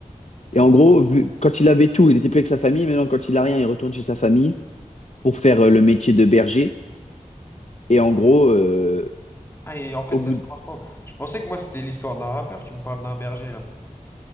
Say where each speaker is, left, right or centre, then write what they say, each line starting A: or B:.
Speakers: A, on the left; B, on the left.
A: Et en gros, vu- quand il avait tout, il était plus avec sa famille, maintenant, quand il a rien, il retourne chez sa famille pour faire euh, le métier de berger. Et en gros, euh,
B: Ah, et en fait,
A: au bout,
B: ça se transforme. Je pensais que moi, c'était l'histoire d'un rappeur, tu me parles d'un berger, là.